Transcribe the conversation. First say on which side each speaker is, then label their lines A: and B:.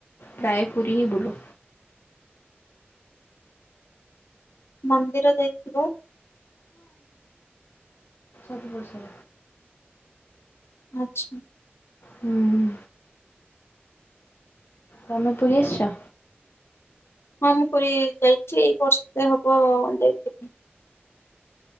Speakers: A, on the left; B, on the left.
A: ପ୍ରାୟ ପୁରୀ ହିଁ ବୁଲୁ।
B: ମନ୍ଦିର ଯାଇଥିବ?
A: ଆଜି ବର୍ଷା ହୋଉଛି।
B: ଆଚ୍ଛା।
A: ହୁଁ। ତମେ ପୁରୀ ଆସିଛ?
B: ହଁ ମୁଁ ପୁରୀ ଯାଇଛି, ଏଇ ବର୍ଷ ତେ ହେବ ଯାଇପାରିନି।